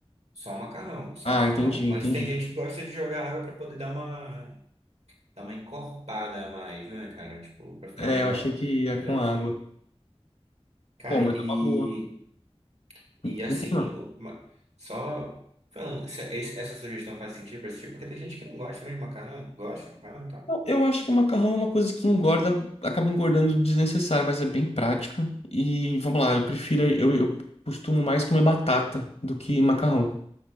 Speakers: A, on the right; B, on the left.
A: Só o macarrão, só
B: Ah,
A: o macarrão.
B: entendi,
A: Mas
B: entendi.
A: tem gente que gosta de jogar água para poder dar uma, dar uma encorpada a mais, né, cara? Tipo, para ficar
B: É,
A: melhor,
B: eu achei que ia
A: melhorzinho.
B: com água.
A: Cara,
B: Pô, mas
A: e,
B: é uma boa.
A: e assim,
B: Continua.
A: o- ma- só. falando, se- esse- Essa sugestão faz sentido para esse tipo, porque tem gente que não gosta mesmo de macarrão, gosta de macarrão, tá?
B: Eu eu acho que macarrão é uma coisa que engorda, acaba engordando desnecessário, mas é bem prática. E vamos lá, eu prefiro, eu, eu costumo mais comer batata do que macarrão.